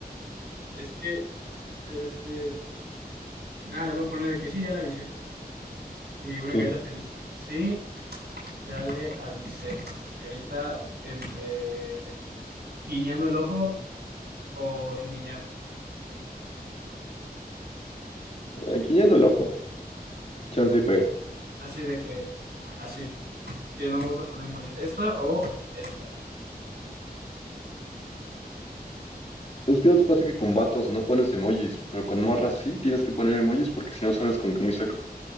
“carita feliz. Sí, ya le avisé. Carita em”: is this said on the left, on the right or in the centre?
Right